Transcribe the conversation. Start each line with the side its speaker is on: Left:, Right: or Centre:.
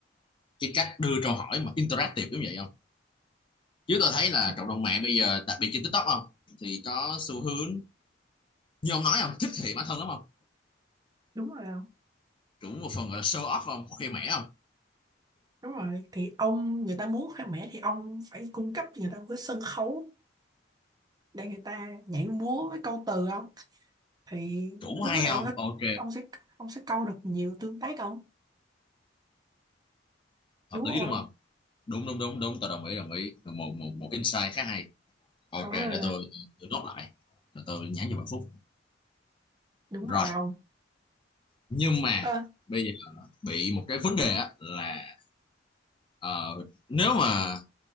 Left: cái cách đưa câu hỏi mà interactive giống vậy không chứ tôi thấy là
Right: ờ,
Left: cộng đồng mạng bây giờ đặc biệt trên TikTok không thì có xu hướng như ông nói không thích thị bản thân lắm không
Right: đúng rồi đâu
Left: cũng một phần gọi là show off không khoe mẽ không
Right: đúng rồi thì ông người ta muốn khoe mẽ thì ông phải cung cấp cho người ta một cái sân khấu để người ta nhảy múa với câu từ không thì
Left: cũng
Right: lúc
Left: hay
Right: đó
Left: không
Right: ông sẽ
Left: ok
Right: ông sẽ ông sẽ câu được nhiều tương tác không đúng
Left: hợp lý
Right: không
Left: luôn
Right: ông?
Left: không đúng đúng đúng đúng tôi đồng ý đồng ý một một một insight khá hay ok
Right: có
Left: để
Right: ờ,
Left: tôi tôi nốt lại rồi tôi nhắn cho bạn Phúc
Right: đúng
Left: rồi
Right: rồi ông
Left: nhưng mà
Right: Ơ,
Left: bây giờ bị một cái vấn đề á là ờ, nếu mà